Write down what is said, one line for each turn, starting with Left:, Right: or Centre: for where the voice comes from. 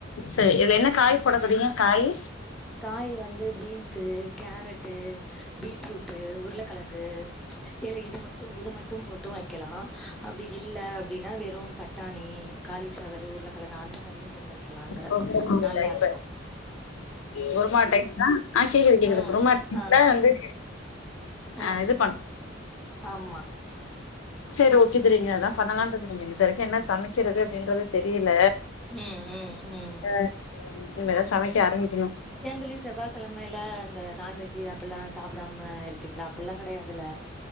Left: சரி இதுல என்ன காய் போட சொன்னீங்க காயி
Centre: காய் வந்து பீன்ஸ்சு கேரட்டு பீட்ரூட்டு் உருளக்கெழங்கு ஏல இது மட்டு இது மட் தும் போட்டு வக்கலா அப்டி இல்ல அப்டினா வெ றும் பட்டாணி காலிஃபிளவர் உருளக்கெழங்கு அந்த மாரியும் போட்டு வக்கலாங்கற
Left: ஓ குருமா
Centre: நல்லாருக்கு
Left: டைப்பு
Centre: <inaudible>
Left: குருமா டைப்புதா ஆ கேக்குது கேக்குது
Centre: ம்
Left: குருமா டைப்ல
Centre: ஆ
Left: வந்து
Centre: ம்
Left: ஆ இது பண்
Centre: ஆம்மா
Left: செரி ஓகே துரியீங்க அதா பண்ணலாருக்க இது வரைக்கு என்ன சமைக்கிறது அப்டின்றது தெரியில
Centre: ம் ம் ம்
Left: ஆ ம் இன்மேதா சமைக்க ஆரம்பிக்கிணு
Centre: ஏன்ந்திழி செவ்வா கெழம் மைல இந்த நான்வெஜ்ஜி அப்பில்லா சாப்டாம இருப்பீங்ளா அப்பில்லா கெடையாதுல்ல